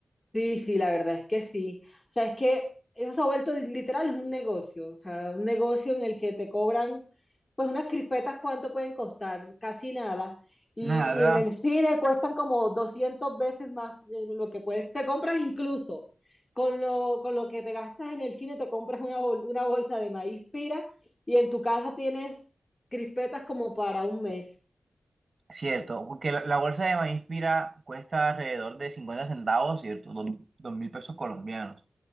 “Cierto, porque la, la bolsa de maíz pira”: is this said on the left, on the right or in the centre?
Right